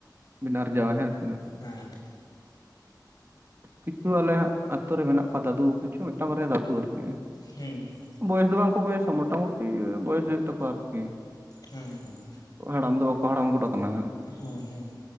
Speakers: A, on the right; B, on the left.
A: ᱵᱤᱱ ᱟᱨᱡᱟᱣᱟ ᱦᱮᱸ ᱥᱮ᱾
B: ᱦᱮᱸ <inaudible>
A: ᱠᱤᱪᱷᱩ ᱟᱞᱮ ᱦᱟᱸᱜ ᱟᱛᱳ ᱨᱮ ᱢᱮᱱᱟᱜ ᱠᱚᱣᱟ ᱫᱟᱫᱩ ᱠᱤᱪᱷᱩ ᱢᱤᱫᱴᱟᱝ ᱵᱟᱨᱭᱟ ᱫᱟᱫᱩ ᱟᱨᱠᱤ᱾
B: ᱦᱩᱸ ᱦᱩᱸ᱾
A: ᱵᱚᱭᱮᱥ ᱫᱚ ᱵᱟᱝᱠᱚ ᱵᱚᱭᱮᱥᱟ ᱢᱳᱴᱟᱢᱩᱴᱤ ᱵᱚᱭᱚᱥ ᱦᱩᱭᱩᱜ ᱛᱟᱠᱚᱣᱟ, ᱟᱨᱠᱤ᱾
B: ᱦᱩᱸ ᱦᱩᱸ᱾
A: ᱦᱟᱲᱟᱢ ᱫᱚ ᱵᱟᱠᱚ ᱦᱟᱲᱟᱢ ᱜᱚᱫ ᱟᱠᱟᱱᱟ ᱦᱟᱸᱜ,
B: ᱦᱩᱸ ᱦᱩᱸ ᱦᱩᱸ